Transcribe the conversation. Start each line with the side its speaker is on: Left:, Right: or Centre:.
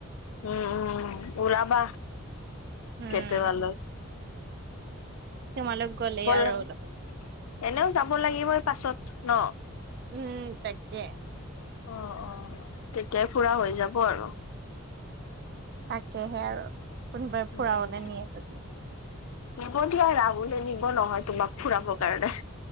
Left: উম উম উলাবা,
Right: উম।
Left: কেতিবা লৈ।
Right: তোমালোক গ'লেই আৰু
Left: লাগে এনেও যাব লাগিবই পাছত ন।
Right: উম তাকে।
Left: অ অ তেতিয়াই ফুৰা হৈ যাব আৰু।
Right: তাকেহে আৰু, কোনোবাই
Left: উম
Right: ফুৰাবলৈ নিয়ে যদি।
Left: নিব দিয়া ৰাহুলে নিব নহয় তোমাক ফুৰাব কাৰণে।